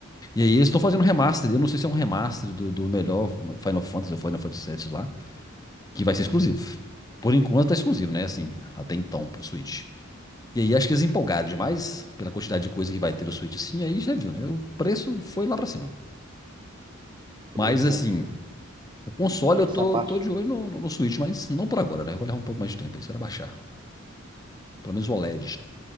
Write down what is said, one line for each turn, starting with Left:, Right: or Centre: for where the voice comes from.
Left: E aí eles estão fazendo um remaster. Eu não sei se é um remaster do, do melhor Final Fantasy ou Final Fantasy VII lá, que vai ser exclusivo. Por enquanto tá exclusivo, né? Assim, até então pro Switch. E aí acho que eles empolgaram demais pela quantidade de coisa que vai ter no Switch, assim, aí já viu, né? O preço foi lá pra cima.
Right: Pois
Left: Mas assim,
Right: é,
Left: O console
Right: essa
Left: eu tô,
Right: parte,
Left: tô de olho no, no, no Switch, mas não por agora, né? Eu vou levar um pouco mais de tempo aí, será baixar. Pelo menos o OLED.